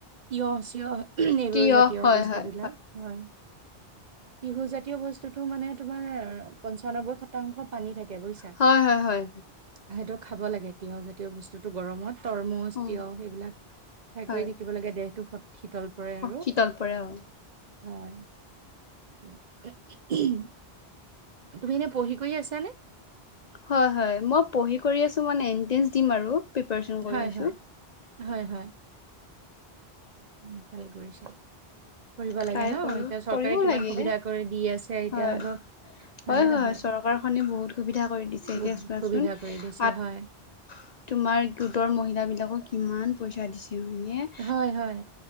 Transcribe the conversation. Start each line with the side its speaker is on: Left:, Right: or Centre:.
Right: তিয়হ-চিয়হ <unintelligible> নেমোৰ
Left: তিয়হ
Right: জাতীয়
Left: হয়
Right: বস্তু
Left: হয়
Right: বিলাক হয়। তিহু জাতীয় বস্তুটো মানে তোমাৰ পঞ্চানব্বৈ শতাংশ পানী থাকে। বুজিছা।
Left: হয় হয় হয়।
Right: সেইটো খাব লাগে তিয়হজাতীয় বস্তুতটো গৰমত তৰমুজ,
Left: উম
Right: তিয়হ সেইবিলাক
Left: হয়
Right: কৰি থাকিব লাগে দেহটো শত শীতল পৰে আৰু
Left: শীতল পৰে অ
Right: হয়। এয়া উম উম উমহু তুমি এনেই পঢ়ি-কৰিয়ে আছানে?
Left: হয় হয়, মই পঢ়ি-কৰি আছো মানে এণ্ট্ৰেন্স দিম আৰু প্ৰিপাৰেচন কৰি
Right: হয়
Left: আছো।
Right: হয় হয় হয়। উম ভালেই কৰিছা। পঢ়িব লাগে
Left: ট্ৰাই
Right: ন
Left: কৰো
Right: এতিয়া চৰকাৰে
Left: কৰিব
Right: কিমান
Left: লাগে
Right: সুবিধা কৰি দি আছে এতিয়া
Left: হয়
Right: অলপ হয়নে
Left: হয় হয়
Right: নহয়
Left: চৰকাৰখনি বহুত সুবিধা কৰি দিছে এতিয়া
Right: বহুত
Left: চোৱাচোন
Right: সুবিধা কৰি দিছে
Left: আত
Right: হয়
Left: তোমাৰ গোটৰ মহিলাবিলাকক কিমান পইচা দিছে হয়নে
Right: হয় হয়